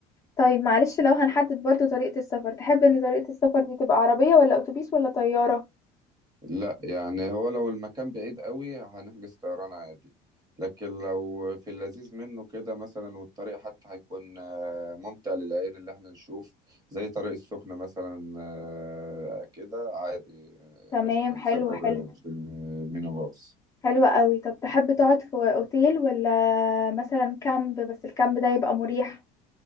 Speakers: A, on the left; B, on the right.
A: طيب معلش لو هنحدد برضو طريقة السفر تحب ان طريقة السفر دي تبقى عربية ولا اتوبيس ولا طيارة
B: لا يعني هو لو المكان بعيد قوي هنحجز طيران عادي لكن لو في اللذيذ منه كده مثلا والطريق حتى هيكون آه، ممتع للعين اللي احنا نشوف زي طريق السخنة مثلا آه، كده عادي آه،
A: تمام
B: قشطة نسافر
A: حلو حلو
B: بالمينيباص
A: حلو قوي طب تحب تقعد في اوتيل ولا مثلا كامب بس الكامب ده يبقى مريح